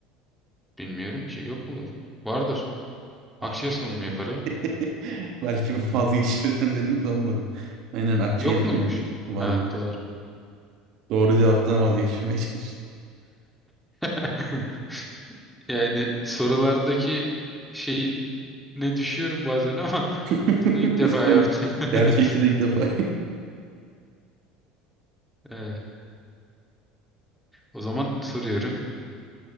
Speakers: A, in the centre; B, on the right.
A: Bilmiyorum ki. Yok mudur? Vardır.
B: Ah
A: Akciğer solunumu yapar ya.
B: <laughs> Belki vazgeçirim dedim de olmadı. Aynen akciğeri
A: Yok muymuş?
B: dinledim. Var
A: Ha
B: var.
A: doğru.
B: Doğru cevaptan vazgeçmeye çalıştım.
A: <laughs> Yani sorulardaki şeyin ne düşüyorum bazen ama <laughs>
B: <laughs>
A: bunu ilk defa
B: Bu sefer
A: yaptım.
B: Gerçekte
A: <laughs>
B: ilk defa.
A: Ee, o zaman soruyorum.